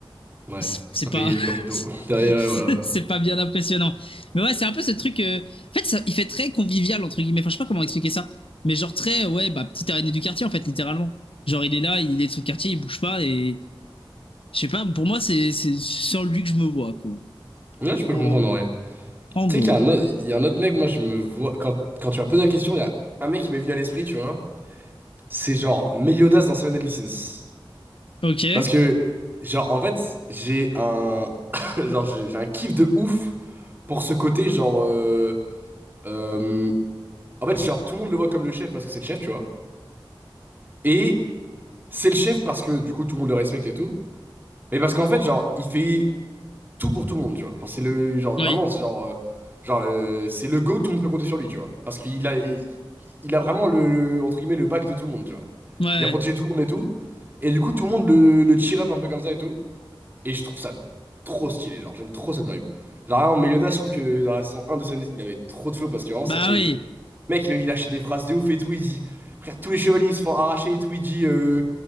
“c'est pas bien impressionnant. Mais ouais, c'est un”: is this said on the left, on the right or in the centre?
Left